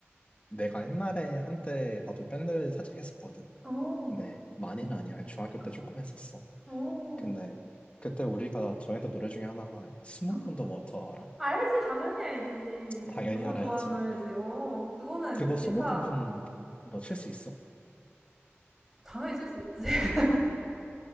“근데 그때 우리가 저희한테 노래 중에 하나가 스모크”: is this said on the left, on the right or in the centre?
Left